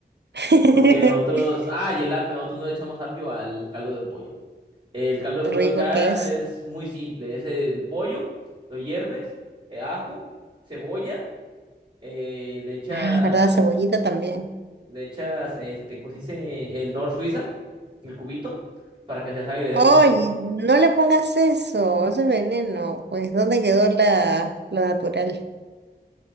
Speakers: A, on the right (about 85°); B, on the right (about 25°).
A: <laughs>
B: Porque nosotros, ah, y el apio, nosotros no le echamos apio al caldo de pollo. El caldo de
A: Tan
B: pollo
A: Rico
B: acá
A: que es.
B: es muy simple, es el pollo, lo hierves, eh, ajo, cebolla, eh, le echas,
A: Ah, ¿verdad? Cebollita también.
B: le echas, este, ¿cómo se dice? El nor Suiza, el cubito, para que se salga y le dé
A: Oye,
B: más sabor.
A: no le pongas eso, eso es veneno. Pues, ¿dónde quedó la, lo natural?